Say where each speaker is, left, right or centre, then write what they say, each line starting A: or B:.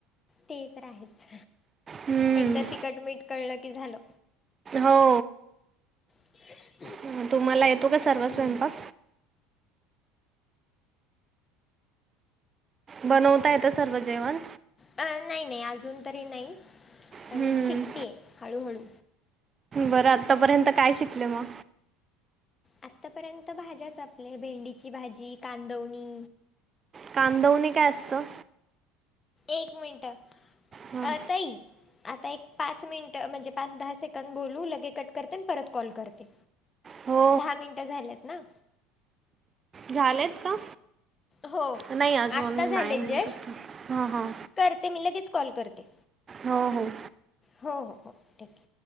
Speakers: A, on the left; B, on the right.
A: ते तर आहेच
B: हं,
A: एकदा तिखट मीठ कळलं की झालं.
B: हो.
A: <inaudible>
B: हं तुम्हाला येतो का सर्व
A: हम्म
B: स्वयंपाक बनवता येत सर्व जेवण
A: अ नाही नाही अजून तरी नाही पण
B: हं,
A: शिकते हळूहळू
B: बरं आतापर्यंत काय शिकले म
A: आतापर्यंत भाज्याच आपल्या भेंडीची भाजी, कांदवणी
B: कांदवनी काय असतं.
A: एक मिनटं
B: हां
A: अ ताई आता एक पाच मिनिट म्हणजे पाच दहा सेकड बोलू लगे कट करते आणि परत कॉल करते.
B: हो
A: दहा मिनटं झाल्यात ना
B: झालेत का?
A: हो
B: नाही अजून
A: आत्ता झाले
B: नाईन
A: जस्ट
B: फिफ्टी ह ह
A: करते मी लगेच कॉल करते.
B: हो हो.
A: हो हो हो. ठीक आहे